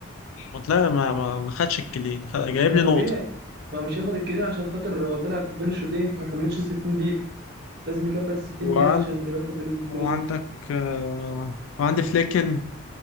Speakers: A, on the left; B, on the right.
A: ما طلع ما ما ما خدش الكلين خ- جايب
B: ما
A: لي
B: طبيعي
A: نقطه
B: ما هو مش هياخد الكلين عشان خاطر هو طلع بين الشوطين ما كملش ال 60 دقيقه لازم يكمل ال 60
A: وعند...
B: دقيقه عشان ياخد الكلين
A: وعندك آه... وعندي فليكن